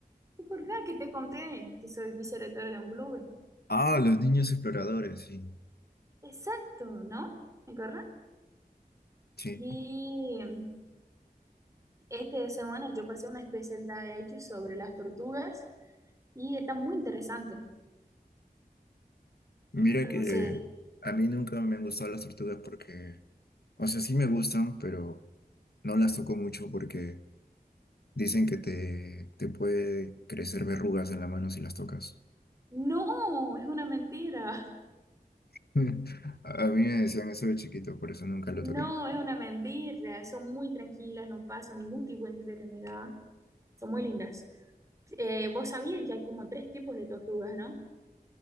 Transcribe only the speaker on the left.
Ah, los niños exploradores, sí.
Sí.
Mira
que a mí nunca me han gustado las tortugas porque, o sea, sí me gustan, pero no las toco mucho porque dicen que te, te puede crecer verrugas en la mano si las tocas.
<laughs> A mí me decían eso de chiquito, por eso nunca lo
toqué.